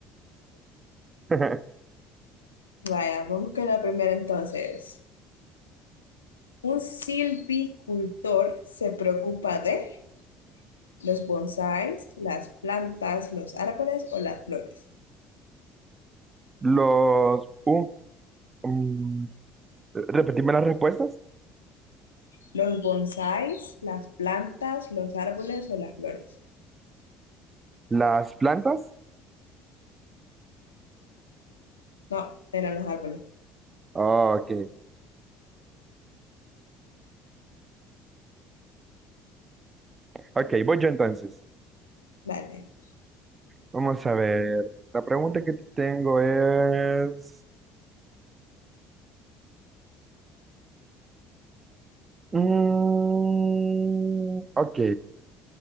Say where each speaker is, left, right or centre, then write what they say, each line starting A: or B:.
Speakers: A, on the right; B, on the left.
A: <laughs>
B: vaya, vamos con la primera entonces. Un silvicultor se preocupa de los bonsáis, las plantas, los árboles o las flores.
A: Los... um, um, repetime las respuestas.
B: Los bonsáis, las plantas, los árboles o las flores.
A: ¿Las plantas?
B: No, eran los árboles.
A: Ah, ok. Ok, voy yo entonces.
B: Vale.
A: Vamos a ver. La pregunta que te tengo es... Mm, ok.